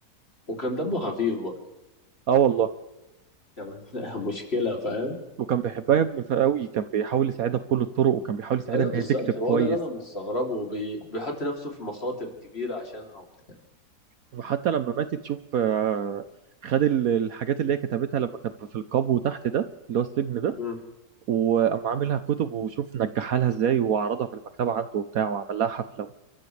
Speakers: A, on the left; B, on the right.
A: وكان دمه خفيف برضه
B: اه والله
A: يعني <laughs> مشكلة فاهم
B: وكان بيحبها يا ابني قوي كان بيحاول يساعدها بكل الطرق وكان بيحاول يساعدها
A: ايوه
B: ان
A: بالظبط
B: هي تكتب
A: هو
B: كويس
A: ده اللي انا مستغربه وبي- بيحط نفسه في مخاطر كبيره عشانها وبتاع
B: وحتى لما ماتت تشوف آه، خد ال- الحاجات اللي هي كتبتها لما كانت في القبو تحت ده اللي هو السجن ده
A: امم
B: وقام عاملها كتب وشوف نجحها لها ازاي وعرضها في المكتبة عنده وبتاع وعمل لها حفلة